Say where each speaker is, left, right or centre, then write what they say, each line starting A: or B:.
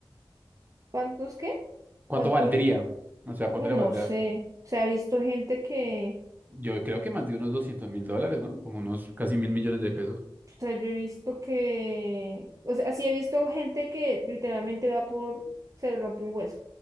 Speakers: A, on the right (about 40°); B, on the right (about 20°).
A: ¿Cuántos qué?
B: ¿Cuánto
A: ¿Cuántos?
B: valdría? O sea,
A: No
B: ¿cuánto le valdría?
A: sé, se ha visto gente que
B: Yo creo que más de unos doscientos mil dólares, ¿no? Como unos casi mil millones de pesos.
A: O sea, yo he visto que, o sea, sí he visto gente que literalmente va por, se le rompe un hueso